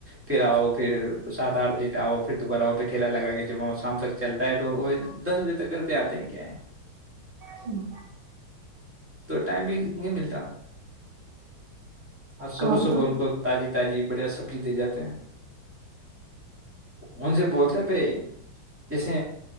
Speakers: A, in the centre; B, on the right.
A: پھر آؤ پھر سات آٹھ بجے آؤ پھر دوبارہ آ پھر ٹھیلا لگ کے جب شام تک چلتا ہے تو وہ دس بجے تک گھر پہ آتے ہیں کیا ہے
B: ہوں
A: تو ٹائم بھی نہیں ملتا <inaudible> آ صبح
B: کام
A: صبح
B: تو
A: ان کو تازی تازی بڑھیا سبزی دے جاتے ہیں ان سے بولتا ہے بھائی جیسے